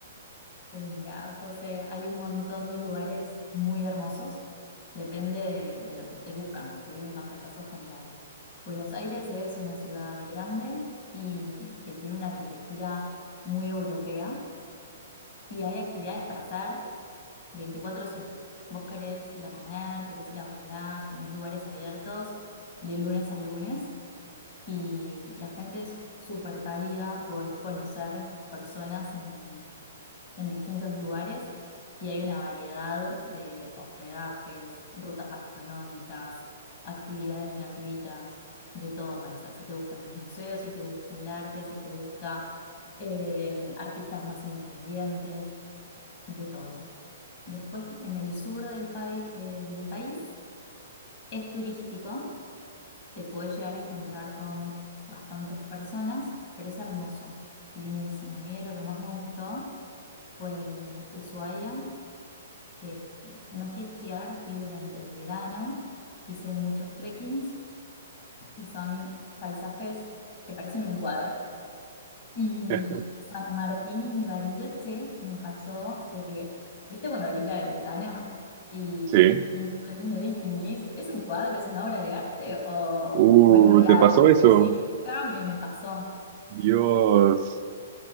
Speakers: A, on the left (about 50°); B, on the right (about 45°).
A: Mira, José, hay un montón de lugares muy hermosos, depende de, de lo que estés buscando, te doy un pantallazo general. Buenos Aires es una ciudad grande y que tiene una arquitectura muy europea y hay actividades para hacer veinticuatro siete. Vos querés ir a comer, querés ir a bailar, tenés lugares abiertos de lunes a lunes y la gente es súper cálida, podés conocer personas en en distintos lugares y hay una variedad de hospedajes, rutas gastronómicas, actividades gratuitas, de todo para hacer. Si te gustan los museos, si te gusta el arte, si te gusta eh, artistas más independientes, de todo. Después, en el sur del pai- eh, del país es turístico, te puedes llegar a encontrar con bastantes personas, pero es hermoso, lindísimo. A mí de lo que más me gustó fue Ushuaia, que no fui a esquiar, fui durante el verano, hice muchos trekkings y son paisajes que parecen un cuadro. Y
B: <laughs>
A: San Martín y Bariloche me pasó de que, ¿viste cuando abrís la ventana y,
B: Sí,
A: y- y no, y no distinguís, ¿es un cuadro, es una obra de arte o,
B: uh,
A: o es real?
B: ¿te pasó eso?
A: Pellizcame, me pasó.
B: Dios,